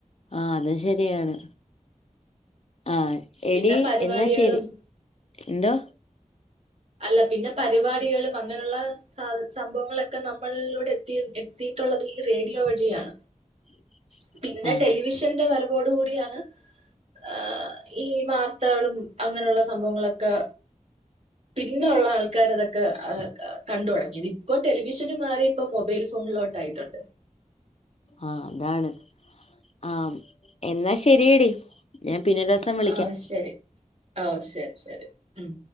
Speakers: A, on the left (about 50°); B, on the right (about 55°).
A: ആഹ് അതും ശരിയാണ് ആഎടി
B: പിന്നെ പരിപാടികളും
A: എന്നാ ശരി എന്തോ
B: അല്ല പിന്നെ പരിപാടികളും അങ്ങനെയുള്ള സംഭവങ്ങളൊക്കെ നമ്മളിലൂടെ എത്തി എത്തിയിട്ടുള്ളത് ഈ റേഡിയോ വഴിയാണ്
A: <inaudible>
B: പിന്നെ
A: ആ
B: ടെലിവിഷന്റെ വരവോടു കൂടിയാണ് ആഹ് ഈ വാർത്തകളും അങ്ങനെയുള്ള സംഭവങ്ങളൊക്കെ പിന്നൊള്ള ആൾക്കർ അതൊക്കെ അ കണ്ട് തൊടങ്ങിയത് ഇപ്പോ ടെലിവിഷന് മാറി ഇപ്പം മൊബൈലും ഉള്ളോറ്റായിട്ടുണ്ട്
A: ആ അതാണ് ആഹ എന്നാ ശരിയടി ഞാൻ പിന്നെ ഒരു ദിവസം വിളിക്കാം
B: ആ ശരി ആ ശരി ശരി ഉം